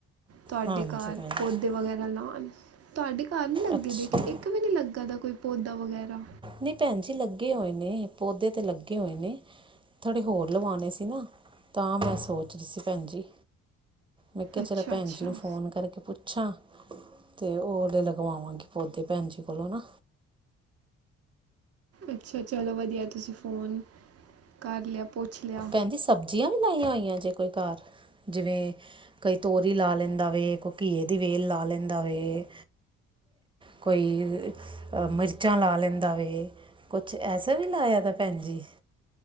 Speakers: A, on the right (about 50°); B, on the right (about 15°).
A: ਤੁਆਡੇ
B: ਹਾਂਜੀ
A: ਘਰ
B: ਭੈਣ ਜੀ
A: ਪੌਦੇ ਵਗੈਰਾ ਲਾਣ ਤੁਆਡੇ ਘਰ ਨੀ ਲੱਗੇ
B: ਅੱਛਾ
A: ਦੇ, ਇੱਕ ਵੀ ਨੀ ਲੱਗਾ ਦਾ ਕੋਈ ਪੌਦਾ ਵਗੈਰਾ
B: ਨੀ ਭੈਣ ਜੀ ਲੱਗੇ ਹੋਏ ਨੇ, ਪੌਦੇ ਤੇ ਲੱਗੇ ਹੋਏ ਨੇ ਥੋੜੇ ਹੋਰ ਲਵਾਂਣੇ ਸੀ ਨਾ, ਤਾਂ ਮੈਂ ਸੋਚ ਰੀ ਸੀ ਭੈਣ ਜੀ ਮੈਂ ਕੇਆ
A: ਅੱਛਾ
B: ਚਲੋ ਭੈਣ
A: ਅੱਛਾ
B: ਜੀ ਨੂੰ ਫੋਨ ਕਰਕੇ ਪੁੱਛ ਪੁੱਂਛਾ ਤੇ ਓਦੇ ਲਗਵਾਵਾਂਗੀ ਪੌਦੇ ਭੈਣ ਜੀ ਕੋਲੋਂ ਨਾ
A: ਅੱਛਾ ਚਲੋ ਵਦੀਆ ਤੁਸੀਂ ਫ਼ੋਨ, ਕਰ ਲੇਆ ਪੁੱਛ ਲੇਆ।
B: ਪੈਂਜੀ ਸਬਜ਼ੀਆਂ ਵੀ ਲਾਈਆਂ ਹੋਈਆਂ ਜੇ ਕੋਈ ਘਾਰ। ਜਿਵੇਂ ਕਈ ਤੋਰੀ ਲਾ ਲੈਂਦਾ ਵੇ, ਕੋਈ ਘੀਏ ਦੀ ਵੇਲ ਲਾ ਲੈਂਦਾ ਵੇ। ਕੋਈ, ਅ ਮਿਰਚਾਂ ਲਾ ਲੈਂਦਾ ਵੇ ਕੁਛ ਐਸਾ ਵੀ ਲਾਇਆ ਦਾ ਭੈਣ ਜੀ